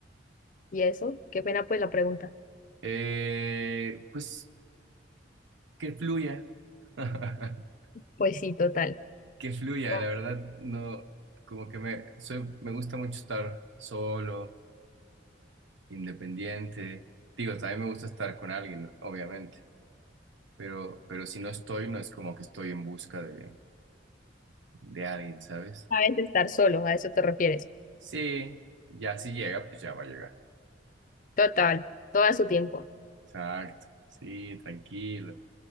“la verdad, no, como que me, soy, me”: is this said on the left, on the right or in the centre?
Right